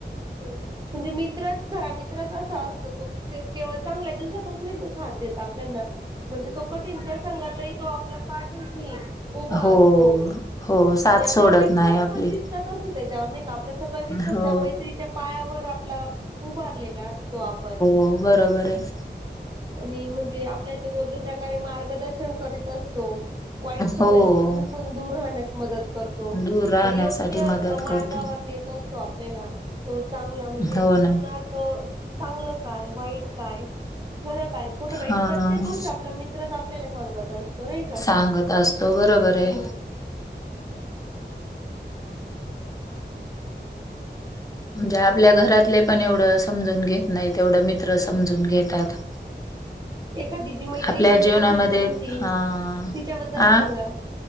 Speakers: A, on the right; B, on the left.
A: म्हणजे मित्रच खरा मित्रच असा असतो तो. केव चांगल्या दिवसातच नाही तो साथ देत आपल्याना म्हणजे तो कठींेट सांग तो. आप पाठीशी उभा
B: हो,
A: असतो
B: हो, साथ
A: आणि आपला
B: सोडत
A: विश्वास
B: नाही आपली.
A: पण तितकाच असतो. त्याच्यावर आपल्या सगळ विश्स
B: हो,
A: त्या मै्री. पायावर आपला उभारलेला असतो आपण.
B: हो बरोबर आह
A: आणि म्हणजे आपल्याला त योग्य प्रकारे मार्गदर्शन करीत असतो. वाईट सवयींपासून
B: हो.
A: पण दूर राहण्यास मदत करतो.
B: दूर राहण्यासाठी
A: त आणि योग्य
B: मदत
A: मार्गावर
B: करतो.
A: नेत असतो आपल्याला तो चांगला म्हणजे
B: हो
A: जीवनात.
B: ना.
A: त चांगलं काय वाईट काय? खरं काय खोटं काय
B: हां.
A: हे प्रत्येक गोष्ट आपला मित्रच आपल्याला सांगतच. त नाहीही का
B: सांगत असतो बरोबर आहे.
A: हो.
B: म्हणजे आपल्या घरातले पण एवढं समजून घेत नाहीत तेवढं मित्र समजून घेतात. <inaudible>
A: एखादी जी मैत्रीिण
B: आपल्या जीवनामध्ये
A: असेल तुमची
B: हां.
A: तिच्याबद्दल
B: आ?
A: सांगा.